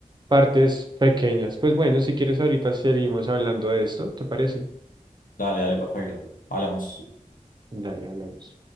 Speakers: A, on the right; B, on the left.
A: partes pequeñas. Pues bueno, si quieres ahorita seguimos hablando de esto, ¿te parece?
B: Dale, dale, perfecto. Hablamos.
A: Dale, hablamos.